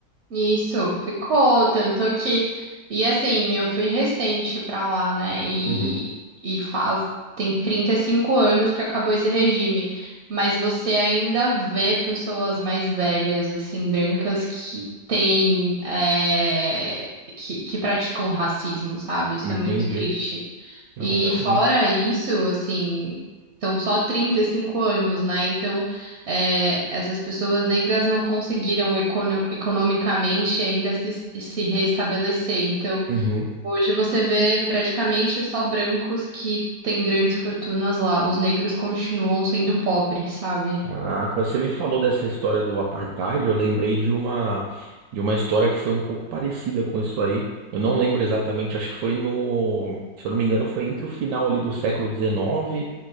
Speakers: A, on the right (about 65°); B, on the right (about 80°).
A: Isso, ficou tanto que e assim, eu fui recente pra lá, né? E
B: Uhum,
A: e faz tem 35 anos que acabou esse regime, mas você ainda vê pessoas mais velhas assim, brancas que têm é, que, que praticam racismo, sabe? Isso
B: entendi.
A: é muito triste.
B: Não,
A: E
B: realmente.
A: fora isso, assim, são só 35 anos, né? Então, é, essas pessoas negras não conseguiram econo economicamente ainda se, se restabelecer. Então,
B: Uhum.
A: hoje você vê praticamente só brancos que têm grandes fortunas lá. Os negros continuam sendo pobres, sabe?
B: Caraca, você me falou dessa história do apartheid, eu lembrei de uma de uma história que foi um pouco parecida com isso aí. Eu não lembro exatamente, acho que foi no, se eu não me engano, foi entre o final ali do século XIX,